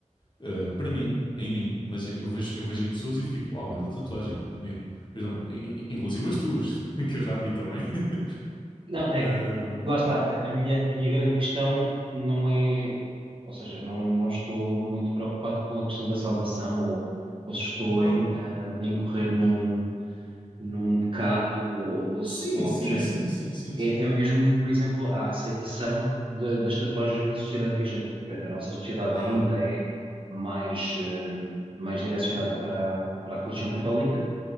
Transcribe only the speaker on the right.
Não, é,
que- lá está. A, a minha, a minha grande questão não é, ou seja, não, não estou muito preocupado com a questão da salvação ou, ou se estou
em, ah, em correr num, num pecado ou, ou, ou
se- ou algo
do género.
é,
é mesmo, por exemplo, a aceitação da- das tatuagens na sociedade vigente, porque a nossa sociedade
ainda é mais, eh, mais direcionada para a, para a religião católica,